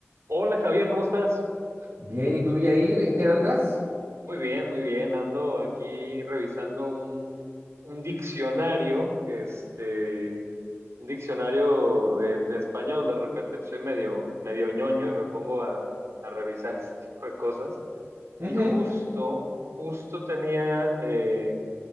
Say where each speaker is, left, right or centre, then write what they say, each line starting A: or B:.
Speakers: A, on the right; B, on the right.
A: Hola Javier, ¿cómo estás?
B: Bien, ¿y tú, Yair, en qué andas?
A: Muy bien, muy bien. Ando aquí revisando un, un diccionario, este, un diccionario de, de español. De repente pues, soy medio, medio ñoño y me pongo a, a revisar <laughs> este tipo de cosas.
B: Ujú.
A: Y justo, justo tenía eh,